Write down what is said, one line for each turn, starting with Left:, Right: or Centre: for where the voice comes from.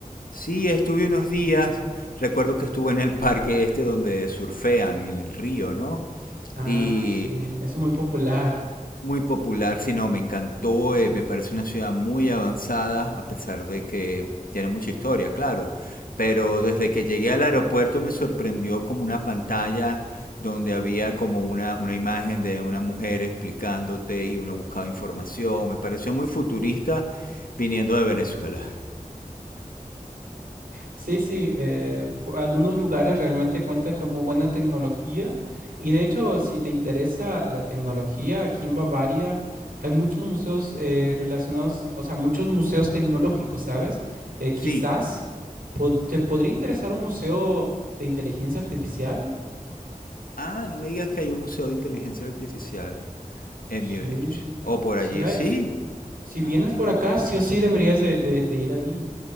Left: sí, estuve unos días, recuerdo que estuve en el parque este donde surfean en el río, ¿no?
Right: Ah,
Left: Y
Right: sí, es muy popular.
Left: Muy popular, sí, no, me encantó, eh, me parece una ciudad muy avanzada, a pesar de que tiene mucha historia, claro. Pero desde que llegué al aeropuerto me sorprendió como una pantalla donde había como una, una imagen de una mujer explicándote y uno buscaba información. Me pareció muy futurista viniendo de Venezuela.
Right: Sí, sí, eh, pu- algunos lugares realmente cuentan con muy buena tecnología y de hecho si te interesa la tecnología, aquí en Bavaria hay muchos museos eh, relacionados, o sea, muchos museos tecnológicos, ¿sabes? Eh,
Left: Sí.
Right: quizás po- te podría interesar un museo de inteligencia artificial.
Left: Ah, no me digas que hay un museo de inteligencia artificial en
Right: Sí,
Left: Múnich.
Right: sí.
Left: O por
Right: Si
Left: allí,
Right: hay,
Left: sí.
Right: si
Left: Ah,
Right: vienes por acá, sí o sí deberías de, de- de ir ahí.